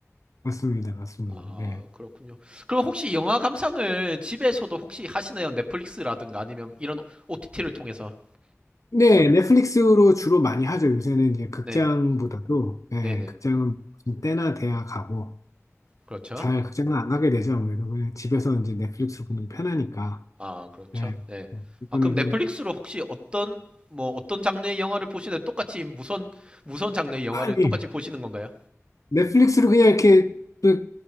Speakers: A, on the left; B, on the right.
A: 봤습니다. 맞습니다.
B: 아,
A: 예.
B: 그렇군요. 그럼 혹시 영화 감상을 집에서도 혹시 하시나요? 넷플릭스라든가 아니면 이런 OTT를 통해서?
A: 네, 넷플릭스로 주로 많이 하죠. 요새는 이제 극장보다도
B: 네,
A: 예,
B: 네네.
A: 극장은 무슨 때나 돼야 가고
B: 그렇죠.
A: 잘 극장은 안 가게 되죠. 아무래도 그냥 집에서 이제 넷플릭스 보는 게 편하니까.
B: 아, 그렇죠.
A: 예.
B: 네.
A: 이번에도
B: 아, 그럼 넷플릭스로 혹시 어떤, 뭐, 어떤 장르의 영화를 보시는, 똑같이 무선, 무선 장르의 영화를
A: 빨리
B: 똑같이 보시는 건가요?
A: 넷플릭스로 그냥 이렇게 또